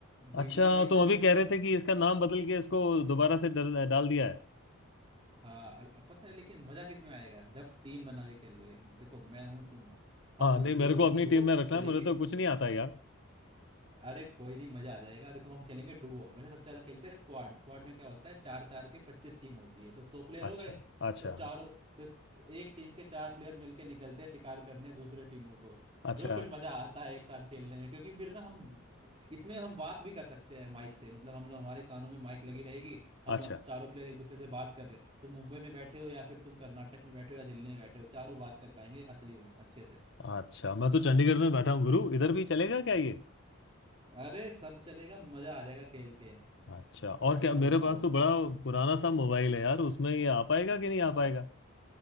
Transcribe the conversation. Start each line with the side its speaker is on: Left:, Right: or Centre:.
Right: B
Left: अच्छा
Right: G M I करके
Left: तो अभी कह रहे थे कि इसका नाम बदल के इसको दोबारा से डल, डाल दिया है
Right: हाँ अल- अब पता है लेकिन मजा किस में आएगा जब टीम बना के खेलोगे देखो मैं हूं तुम हो हम
Left: हाँ
Right: दोनों
Left: नहीं मेरे
Right: डुओ
Left: को अपनी
Right: डुओ
Left: टीम में रखना
Right: खेलेंगे
Left: है, मुझे तो कुछ नहीं आता यार
Right: अरे कोई नहीं मजा आ जाएगा देखो हम खेलेंगे डुओ वैसे सबसे ज्यादा खेलते हैं स्क्वाड स्क्वाड में क्या होता है चार चार के पच्चीस टीम होती है तो सौ प्लेयर हो
Left: अच्छा
Right: गए
Left: अच्छा
Right: तो चारों तो एक टीम के चार प्लेयर मिलके निकलते हैं शिकार करने दूसरे टीमों को
Left: अच्छा
Right: जो फिर मजा आता है एक साथ खेलने में क्योंकि फिर ना हम इसमें हम बात भी कर सकते हैं माइक से मतलब हम लोग हमारे कानों में माइक लगी रहेगी
Left: अच्छा
Right: हम चारों प्लेयर एक दूसरे से बात कर रहे तुम मुंबई में बैठे हो या फिर तुम कर्नाटक में बैठे हो या दिल्ली में बैठे हो चारों बात कर पाएंगे असली में अच्छे से
Left: अच्छा मैं तो चंडीगढ़ में बैठा हूँ गुरु इधर भी चलेगा क्या ये
Right: अरे सब चलेगा मजा आ जाएगा खेल के
Left: अच्छा और क्या
Right: और
Left: मेरे
Right: बताओ
Left: पास तो बड़ा पुराना सा मोबाइल है यार उसमें ये आ पाएगा कि नहीं आ पाएगा